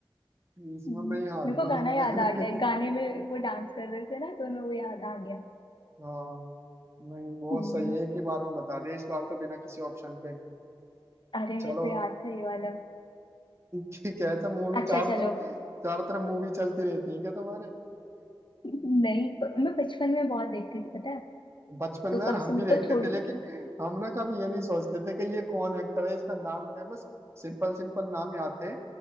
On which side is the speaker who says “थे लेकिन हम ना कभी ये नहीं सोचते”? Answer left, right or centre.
Right